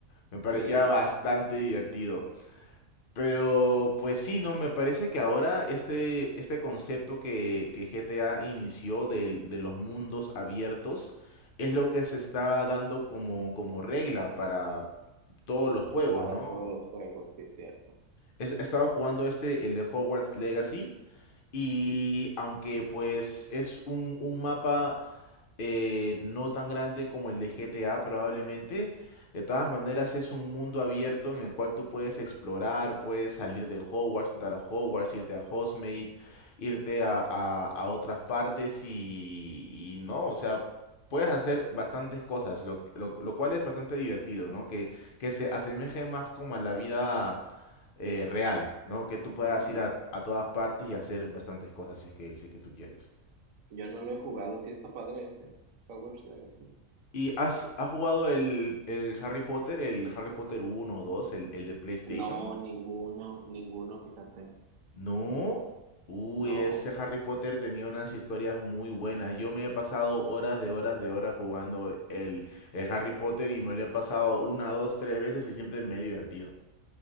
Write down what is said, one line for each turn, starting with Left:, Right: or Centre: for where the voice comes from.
Left: Me parecía
Right: Sí,
Left: bastante divertido. Pero pues sí, no, me parece que ahora este, este concepto que, que GTA inició del- de, los mundos abiertos es lo que se está dando como, como regla para todos los juegos,
Right: para
Left: ¿no?
Right: todos los juegos, sí es cierto.
Left: He, he estado jugando este, el de Hogwarts Legacy, y aunque pues es un, un mapa eh, no tan grande como el de GTA probablemente, de todas maneras es un mundo abierto en el cual tú puedes explorar, puedes salir de Hogwarts, entrar a Hogwarts, irte a Hogsmeade, irte a, a- a otras partes y, y no, o sea, puedes hacer bastantes cosas, lo, lo- lo cual es bastante divertido, ¿no? Que, que se asemeje más como a la vida eh, real, ¿no? Que tú puedas
Right: Ujú, ujú.
Left: ir a, a todas partes y hacer bastantes cosas si es que, si es que tú quieres.
Right: Yo no lo he jugado, sí está padre ese, Hogwarts Legacy.
Left: ¿Y has, has jugado el, el Harry Potter, el Harry Potter uno o 2, el, el de PlayStation?
Right: No, ninguno, ninguno, fíjate,
Left: No. Uy,
Right: no.
Left: ese Harry Potter tenía unas historias muy buenas. Yo me he pasado horas de horas de horas jugando el, el Harry Potter y me lo he pasado una, dos, tres veces y siempre me he divertido.